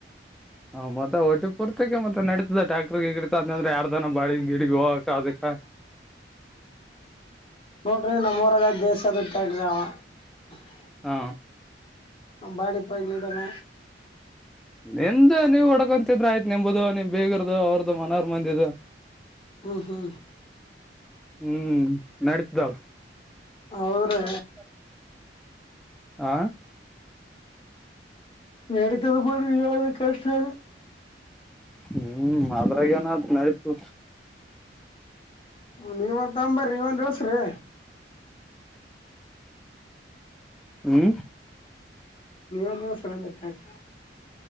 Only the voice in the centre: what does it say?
ಹ ಮತ್ತೆ ಒಟ್ಟಿ ಪುರ್ತೆಕ ಮತ್ತೆ ನಡತದೆ ಟ್ಯಾಕ್ಟ್ರಿ ಗಿಡಿತ ಅಂತಂದ್ರೆ ಯಾರ್ ದನ ಬಾಳ ಗಿಡಗ್ ಹೋಗ ಅದಕ್ಕ
ಹಾ
ನಿಮ್ದ ನೀವ್ ಹೊಡ್ಕೊಂತಿದ್ರ ಆಯ್ತು ನಿಂಬದು ನಿಮ್ ಬೀಗರದು ಅವ್ರದು ಮನಾರ್ ಮಂದಿದ.
ಹ್ಮ್ ನಡಿತದ
ಅವರದ ಹಾ
ಹ್ಮ್ ಅದ್ರಾಗ ಏನಾದ್ ನಡತ
ಹ್ಮ್